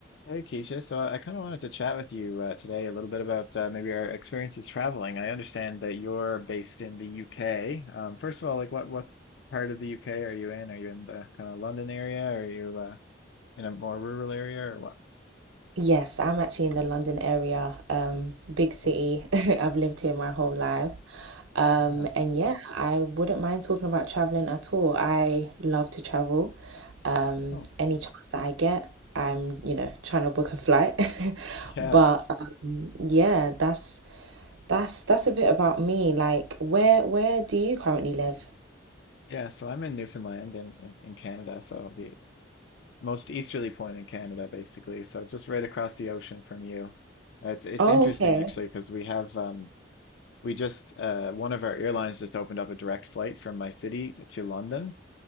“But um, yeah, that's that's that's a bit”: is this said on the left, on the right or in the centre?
Right